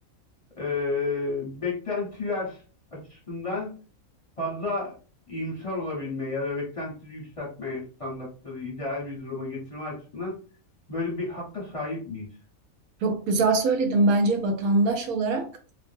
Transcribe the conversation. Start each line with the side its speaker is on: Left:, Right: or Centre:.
Left: e, beklentiler açısından fazla iyimser olabilme ya da beklentileri yükseltmeye standartları ideal bir duruma getirme açısından böyle bir hakka sahip miyiz?
Right: Çok güzel söyledim. Bence vatandaş olarak